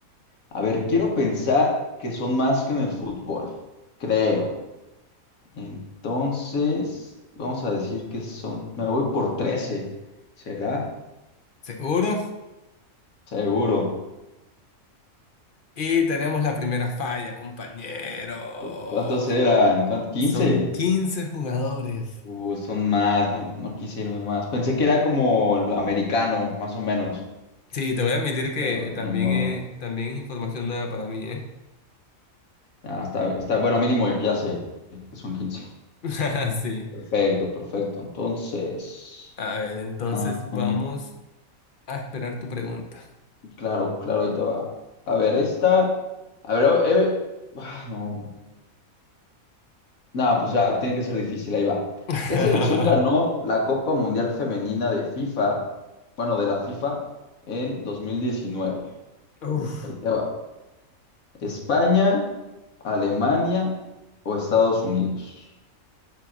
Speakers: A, on the left; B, on the left.
A: A ver, quiero pensar que son más que en el fútbol. Creo. Entonces, vamos a decir que son, me voy por trece ¿será?
B: ¿Seguro?
A: Seguro.
B: Y tenemos la primera falla, compañero.
A: ¿Cu- ¿Cuántos eran? ¿Cuán- ¿15?
B: Son 15 jugadores.
A: Uh, son más, no, no quise irme más. Pensé que era como lo americano, más o menos,
B: Sí, te voy a admitir que
A: pero
B: eh, también,
A: de modo.
B: eh, también es información nueva para mí, ¿eh?
A: Ah, está, está, bueno, mínimo ya sé que son quince
B: <laughs> Sí.
A: Perfecto, perfecto. Entonces,
B: A ver, entonces
A: ah,
B: vamos
A: mm,
B: a esperar tu pregunta.
A: claro, claro, ahí te va. A ver, esta, a ver, eh, eh, ah, no. No, pues ya, tiene que ser difícil, ahí va.
B: <laughs>
A: ¿Qué selección ganó la Copa Mundial Femenina de FIFA, bueno, de la FIFA, en 2019?
B: Uf,
A: Ahí te va. ¿España, Alemania o Estados Unidos?